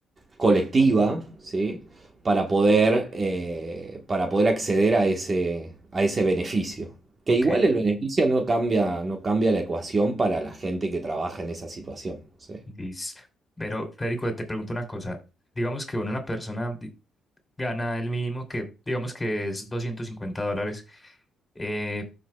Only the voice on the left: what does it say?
ok,
Liz. Pero, Federico, te pregunto una cosa. Digamos que bueno, una persona, di- gana el mínimo que digamos que es 250 dólares. eh,